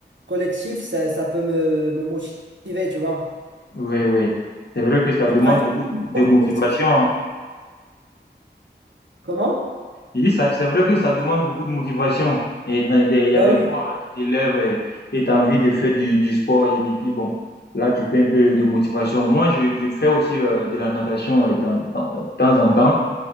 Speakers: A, on the right; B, on the left.
A: collectif, ça, ça peut me, me motiver, tu vois.
B: oui. oui. C'est vrai que ça
A: Tu
B: demande
A: pratiques
B: beaucoup
A: un sport
B: de motivation.
A: collectif?
B: hein.
A: Comment?
B: Je dis, ça, c'est vrai que ça demande beaucoup de motivation. Et dans des- il y
A: Bah
B: a des
A: oui.
B: fois, euh, tu te lèves euh, et tu as envie de faire du, du sport. Et mais puis, bon, là, tu peux un peu de motivation. Moi, je, je fais aussi euh, de la natation euh, dans- dans- de temps en temps.